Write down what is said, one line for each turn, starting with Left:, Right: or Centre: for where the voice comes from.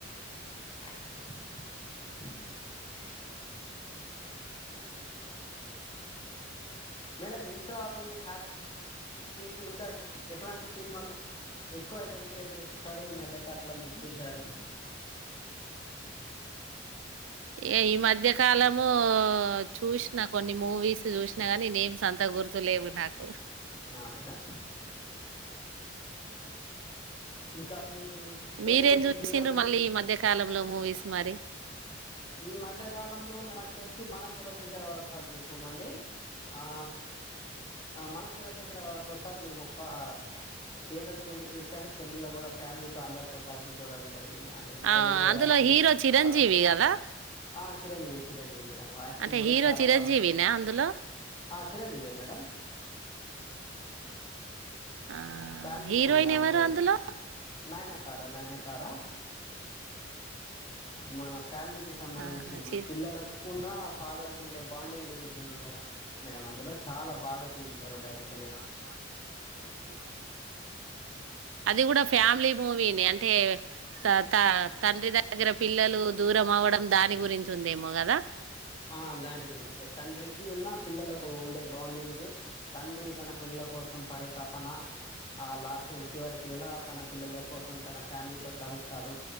Left: ఆ మేడం ఇంకా మీ హ్యాబి ట్స్ ఇంకా ఎటువంటి సినిమాలు ఎక్కువగా ఎంకరేజ్ చేస్త స్తారు ఈ మధ్య కాలంలో చూశారు
Right: ఏ ఈ మధ్యకాలము చూసిన కొన్ని మూవీస్ చూసినా కానీ నేమ్స్ అంత గుర్తు లేవు నాకు
Left: ఆ, మేడం ఇంకా మీ ఫేవరెట్
Right: మీరేం చూసిండ్రు
Left: హీరో గురించి
Right: మళ్ళీ ఈ మధ్య కాలంలో మూవీస్ మరి
Left: ఈ మధ్య కాలంలో మేము వచ్చేసి మన శివశంకర వరప్రసాద్ చూసామండి ఆ మన శివశంకర వరప్రసాద్ మేం ఒక థియేటర్ కెళ్ళి చూసాం సెల్లులో కూడా ఫ్యామిలీతో అందరితో కలిసి చూడడం జరిగింది యందో చిరంజీవిగారి
Right: ఆ అందులో
Left: ఆక్టింగ్
Right: హీరో చిరంజీవి
Left: బాగుంది
Right: కదా
Left: ఆ చిరంజీవి చిరంజీవి మేడం యాక్టింగ్
Right: అంటే
Left: కూడా
Right: హీరో
Left: చాలా
Right: చిరంజీవినా
Left: బాగుంది
Right: అందులో
Left: హా చిరంజీవి ఏ మేడం
Right: ఆ
Left: ఫ్యామిలీ
Right: హీరోయిన్
Left: ఫ్రీ ఆ
Right: ఎవరు
Left: అంటే
Right: అందులో
Left: నైనతారా నైనతారా మన ఫ్యామిలీకిి సంబంధించింది
Right: ఆహా చి
Left: పిల్లలకు ఉన్న ఫాదర్ కు ఉండే బాండింగ్ గురించి ఉంది కదా మేడం అందులో చాలా బాగా చూచించారు డైరెక్ట్
Right: చాలా బాగా డైారు అది కూడా ఫ్యామిలీ మూవీనే అంటే త తండ్రి దగ్గర పిల్లలు దూరం అవ్వడం దాని గురించి ఉందేమో కదా
Left: ఆ దాని గురించే తండ్రికి ఉన్నా పిల్లలకు ఉండే బాండింగ్ తండ్రి తన పిల్లల కోసం పడే తపన ఆ లాస్ చివరకి ఎలా తన పిల్లల కోసం తన ఫ్యామిలీతో కలుస్తాడు